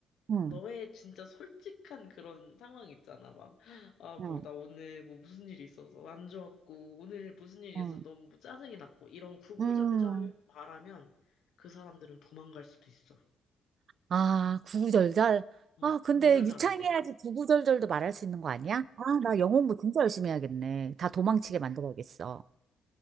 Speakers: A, on the right (about 55°); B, on the left (about 75°).
A: 응
B: 너의 진짜 솔직한 그런 상황 있잖아. 막, 아, 뭐,
A: 응
B: 나 오늘 뭐 무슨 일이 있어서 안 좋았고, 오늘 무슨 일이
A: 응
B: 있어서 너무 뭐 짜증이 났고, 이런 구구절절
A: 음.
B: 말하면 그 사람들은 도망갈 수도 있어.
A: 아, 구구절절.
B: 어,
A: 아,
B: 구구절절
A: 근데 유창해야지
B: 안 돼.
A: 구구절절도 말할 수 있는 거 아니야? 아, 나 영어 공부 진짜 열심히 해야겠네. 다 도망치게 만들어야겠어.